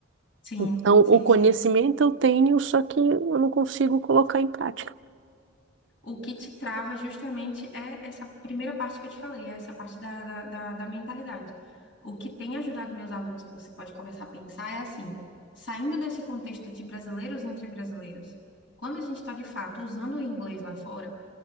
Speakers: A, on the left; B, on the right.
A: Sim,
B: Então, o
A: sim,
B: conhecimento
A: sim.
B: eu tenho, só que eu não consigo colocar em prática.
A: O que te trava justamente é essa primeira parte que eu te falei, é essa parte da, da, da, da mentalidade. O que tem ajudado meus alunos, que você pode começar a pensar, é assim: saindo desse contexto de brasileiros entre brasileiros, quando a gente está de fato usando o inglês lá fora,